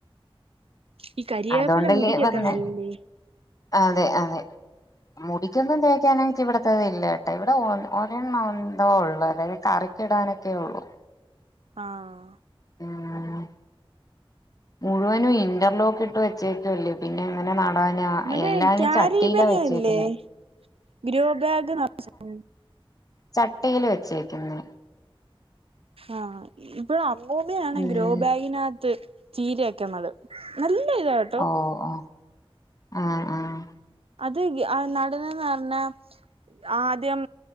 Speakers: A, on the right; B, on the left.
A: ഈ കരിയേപ്പില
B: അതുകൊണ്ടല്ലേ
A: മുടിക്കൊക്കെ
B: പറഞ്ഞ
A: നല്ലേ
B: അതെ അതെ മുടിക്കൊന്നും തേക്കാനയിട്ട് ഇവിടത്തത് ഇല്ല കേട്ടോ ഇവിടെ ഒരെണ്ണം എന്തോ ഉള്ളൂ അതായത് കറി ഇടാനൊക്കെ ഉള്ളൂ
A: ആഹ്
B: ഉം മുഴുവനും ഇന്റർലോക്ക് ഇട്ട് വെച്ചേക്കുക്കല്ലേ പിന്നെ എങ്ങനെ ന്ന ന്നടനാ
A: മറ്റേ
B: എല്ലാരും
A: ക്യാരി
B: ചട്ടിയിലാ
A: ബാഗ്
B: വെച്ചേക്കുന്നെ
A: ഇല്ലേ ഗ്രോ ബാഗ് നറാ <inaudible>
B: ചട്ടിൽ വെച്ചേക്കുന്നെ
A: ആഹ് ഇവിടെ അമ്മൂമാണ്
B: ഉം
A: ഗ്രോ ബാഗിനകത്ത് ചീരയൊക്കെ നടും നല്ല ഇതാണ്
B: ഓ ഓ ആഹ് ആഹ്
A: അത് നടന്നന്ന് പറഞ്ഞ ആദ്യം